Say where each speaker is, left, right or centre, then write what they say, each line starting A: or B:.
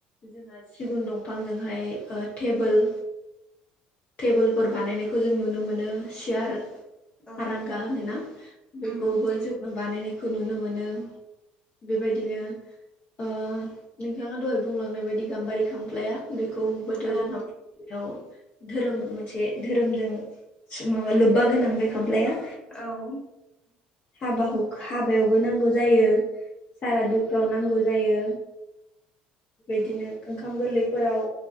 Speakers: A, on the left; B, on the left.
A: जोंहा सिगुन दंफांजोंहाय ओ टेबोल टेबोलफोर बानायनायखौ जों नुनो मोनो सियार
B: औ
A: आरांगा होनोना बेखौबो
B: उम
A: जोङो बानायनाय खौ नुनो मोनो बेबायदिनो ओ नोंथाङा दहाय बुंलांनाय बायदि गाम्बारि खामफ्लाया बेखौबोथ'
B: औ
A: जोंहा बेयाव धोरोम मोनसे धोरोमजों माबा लोब्बा गोनां बे खामफ्लाया
B: औ
A: हाबा हाबायावबो नांगौ जायो सारादुफ्राव नांगौ जायो बेबायदिनो ओंखाम गोरलैफोराव